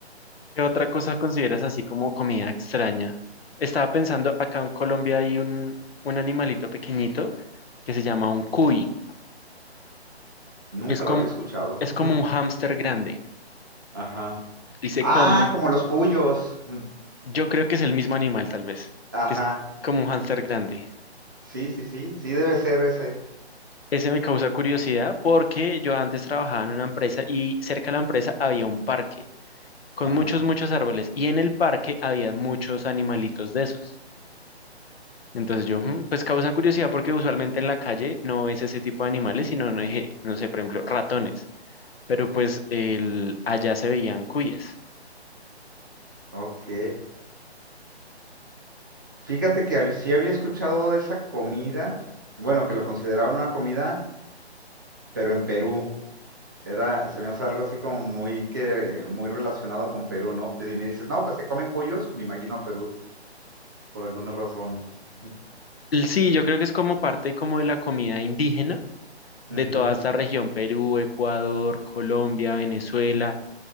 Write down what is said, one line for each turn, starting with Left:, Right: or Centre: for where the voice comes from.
Left: ¿Qué otra cosa consideras así como comida extraña? Estaba pensando, acá en Colombia hay un, un animalito pequeñito que se llama un cuy.
Right: Nunca
Left: Es como,
Right: lo había escuchado.
Left: es
Right: <laughs>
Left: como un hámster grande
Right: Ajá.
Left: y se
Right: Ah,
Left: come,
Right: como los cuyos. <laughs>
Left: yo creo que es el mismo animal tal vez,
Right: Ajá.
Left: que es como un hámster grande
Right: Sí, sí, sí, sí debe ser ese.
Left: Ese me causa curiosidad porque yo antes trabajaba en una empresa y cerca de la empresa había un parque con
Right: Ajá.
Left: muchos, muchos árboles y en el parque había muchos animalitos de esos. Entonces yo, "Mm", pues causa curiosidad porque usualmente en la calle no es ese tipo de animales, sino, no, eje- no sé, por ejemplo, ratones, pero pues el, allá se veían cuyes.
Right: Ok. Fíjate que hab- sí había escuchado de esa comida, bueno, que lo consideraban una comida, pero en Perú. Era, se me hace algo así como muy que, muy relacionado con Perú, ¿no? Pues si me dices, no, pues que comen cuyos, me imagino a Perú, por alguna razón. Ujú,
Left: L- Sí, yo creo que es como parte como de la comida indígena
Right: ujú.
Left: de toda esta región, Perú, Ecuador, Colombia, Venezuela,